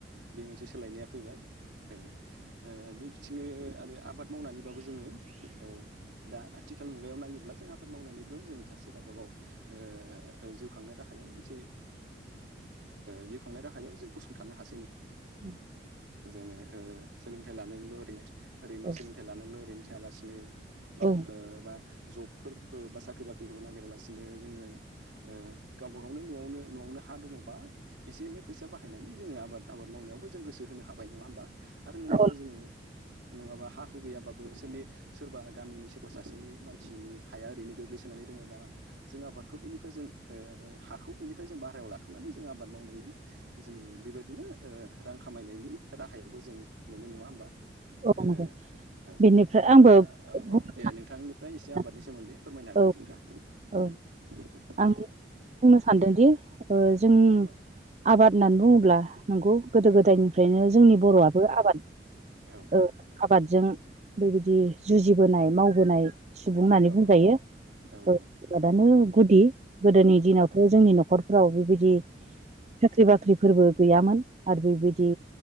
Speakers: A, on the right; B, on the right.
A: बे मोनसे सो लायनाया फैबाय ओ ओ बे बिथिं आरो आबाद मावनानैबाबो जोङो ओ दा आथिखाल मुगायाव नायोब्ला जों आबाद मावनायनिबो जों सासे गावबा गाव ओ जिउ खांनाय राहायाव मोनसे जिउ खांनाय राहायाव जों गसंथानो हासै
B: उ
A: जोङो सोलोंथाइ लानायल' ओरैनो ओरैनो
B: औ
A: सोलोंथाइ लानायल' ओरैनो थायालासिनो ब
B: औ
A: बा जबफोरखौ बा साख्रि बाख्रिफोरखौल' नागिरालासिनो जोङो ओ गावबा गावनो न'आवनो न'आवनो हा दङबा एसे एनै फैसा बाहायनानै जोङो आबाद आबाद माव <unintelligible> जों गोसो होनो हाबाय नङा होमबा आरो नङाबा
B: औ
A: जोङो नङाबा हा हु गैयाबा बो सोरनि सोरबा गामिनि सोरबा सासेनि मानसिनि हाया ओरैनो गोग्लैसोनानै दङबा जों आबादखौ जों ओ हाखौ बिनिफ्राय जों भारायाव लाथ'नानै जों आबाद मावनानै जोङो बेबायदिनो ओ रां खामायनायनि राहायावबो जों मोनो नङा होमबा
B: औ
A: ए
B: नंगौ
A: औ
B: बेनिफ्राय
A: दा
B: आंबो
A: औ
B: बुंनो
A: औ दे नोंथांनिफ्राय एसे
B: सानदों
A: आबादनि सोमोन्दै फोरमायनो हागोन
B: औ
A: दे नोंथाङा
B: औ
A: ओम
B: आं बुंनो सानदोंदि जों
A: औ औ
B: आबाद होननानै बुङोब्ला नंगौ गोदो
A: औ
B: गोदायनिफ्रायनो जोंनि बर'आबो आबाद
A: औ
B: ओ आबादजों ओरैबायदि जुजिबोनाय मावबोनाय सुबुं होननानै
A: औ
B: बुंजायो।
A: औ औ
B: ओ
A: औ
B: आबादानो गुदि गोदोनि दिनावथ' जोंनि न'खर फ्राव बेबायदि साख्रि बाख्रिफोरबो गैयामोन। आरो बेबायदि